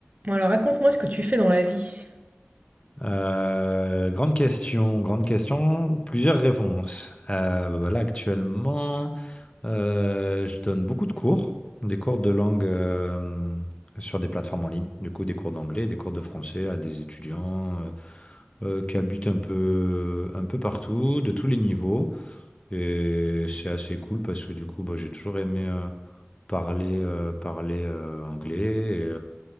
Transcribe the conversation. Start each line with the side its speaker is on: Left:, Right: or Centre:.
Right: Bon, alors raconte-moi ce que tu fais dans la vie.
Left: Euh, grande question, grande question, plusieurs réponses. Euh, bah là, actuellement, euh, je donne beaucoup de cours, des cours de langue euh, sur des plateformes en ligne, du coup, des cours d'anglais, des cours de français à des étudiants euh, euh, qui habitent un peu, un peu partout, de tous les niveaux. Et c'est assez cool parce que du coup, bah, j'ai toujours aimé euh, parler, euh, parler euh, anglais